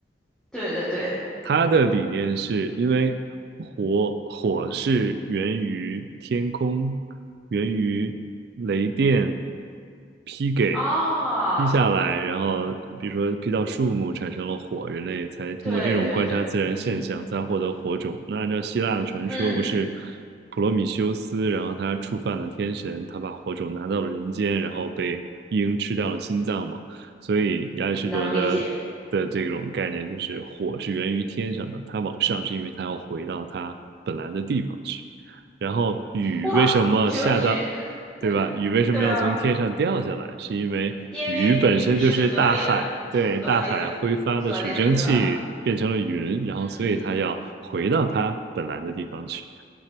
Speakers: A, in the centre; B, on the right (about 60°).
A: 对对对，
B: 它的理念是因为火火是源于天空，源于雷电劈给
A: 哦。
B: 劈下来，然后比如说劈到树木产生了火，人类才通过这种观察自然现象才获得火种。
A: 对对对，嗯
B: 那按照希腊的传说，
A: 嗯，
B: 不是普罗米修斯，然后他触犯了天神，他把火种拿到了人间，然后被鹰吃掉了心脏吗？所以亚里士多德的这种概念就是火是源于天上的，
A: 能理解。
B: 它往上是因为它要回到它本来的地方去。然后雨为什么下到，
A: 哇，哲学，<laughs>
B: 对吧？雨为什么要从天上掉下来？
A: 对啊，
B: 是因为雨本身就是大海，
A: 因为语是合理的，
B: 对，
A: 合理的，
B: 大海挥发的水蒸气变成了云，
A: 合理的，对吧？
B: 然后所以它要回到它本来的地方去。
A: 嗯，